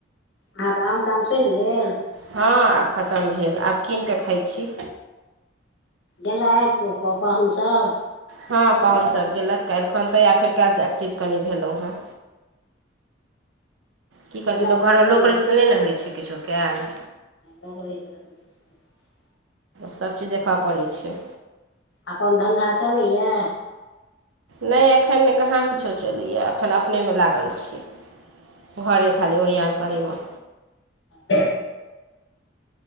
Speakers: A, on the left; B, on the right.
A: अहाँके आम ताम सुझि गेल
B: हँ आब खतम भेल आब कीन कऽ खाइत छी
A: गेलथि कऽ पपहुन सब
B: हँ पाहुनसभ गेलथि काल्हिखन तऽ या फेर काल्हिसँ एक्टिव कनि भेलहुँ हेँ की करतै
A: खेनाइ
B: लोक
A: पिनाइ
B: घरमे
A: बनि
B: लोक
A: गेलै
B: रहै छै तऽ नहि ने होइत छै किछो कयल
A: ब हो छै नहि होइ छै।
B: सभचीज देखऽ पड़ैत छै
A: अपन धन्धा चलैया
B: नहि अखन ने कहाँ किछो चलैया अखन अपने मे लागल छीयै घरे खाली एड़ियन करमे
A: हँ